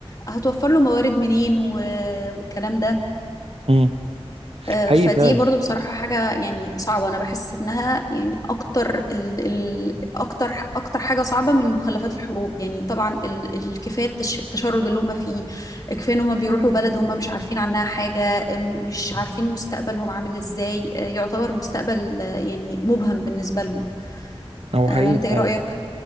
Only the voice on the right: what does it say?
امم
حقيقي
فعلا
هو حقيقي
فعلا